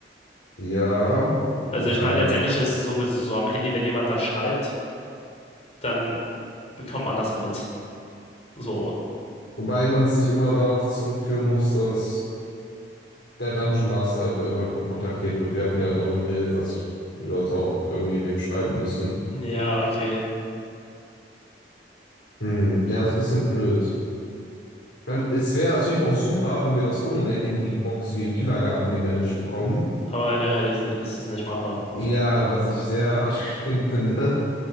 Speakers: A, on the left; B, on the left.
A: Ja, ja.
B: Also ich meine, letztendlich ist es sowieso so am Handy, wenn jemand das schreibt, dann bekommt man das mit. So.
A: Wobei man es nicht immer darauf zurückführen muss, dass der Dungeon Master halt in irgendeiner Form kontaktiert wird. Wir hatten ja darüber geredet, dass viele Leute auch irgendwie wem schreiben müssen.
B: Ja, okay.
A: Hm, ja, ist ein bisschen blöd. Man, es wäre natürlich auch super, wenn wir das ohne eine Handybox wie im Kindergarten gemanagt bekommen.
B: Aber in der Realität ist es nicht machbar.
A: Ja, was ich sehr <laughs> anstrengend finde,